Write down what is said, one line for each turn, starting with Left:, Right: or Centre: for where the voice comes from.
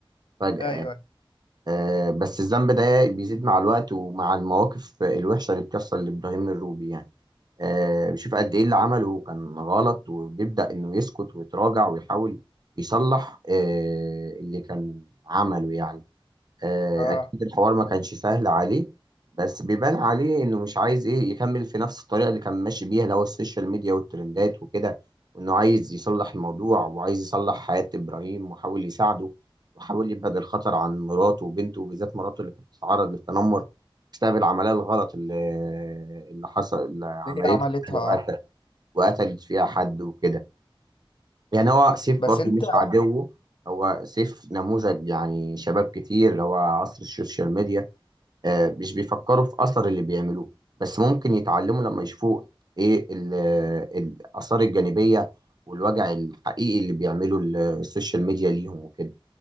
Right: فجأة
Left: ايوه
Right: يعني.
Left: أيوة.
Right: آه بس الذنب ده بيزيد مع الوقت ومع المواقف الوحشة اللي بتحصل لإبراهيم الروبي يعني آه بشوف قد إيه اللي عمله كان غلط وبيبدأ إنه يسكت ويتراجع ويحاول يصلح آه اللي كان عمله يعني آه،
Left: اه
Right: اكيد الحوار ما كانش سهل عليه بس بيبان عليه انه مش عايز ايه يكمل في نفس الطريقه اللي كان ماشي بيها اللي هو السوشيال ميديا والترندات وكده وانه عايز يصلح الموضوع وعايز يصلح حياه ابراهيم وحاول يساعده وحاول يبعد الخطر عن مراته وبنته وبالذات مراته اللي كانت بتتعرض للتنمر بسبب العمليه الغلط اللي اللي حصل اللي عملتها
Left: هي عملتها
Right: يعني وقت-
Left: اه
Right: وقتلت فيها حد وكده يعني هو سيف
Left: بس
Right: برضو
Left: انت
Right: مش عدو هو سيف نموذج يعني شباب كتير اللي هو عصر السوشيال ميديا آه، مش بيفكروا في أثر اللي بيعملوه بس ممكن يتعلموا لما يشوفوا إيه ال- الآثار الجانبية والوجع الحقيقي اللي بيعمله ال- السوشيال ميديا ليهم وكده